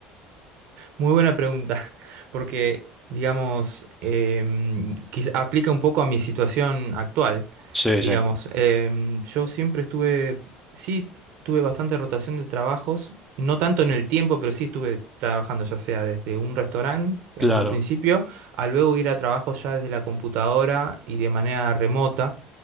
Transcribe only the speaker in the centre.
Sí, sí,
claro,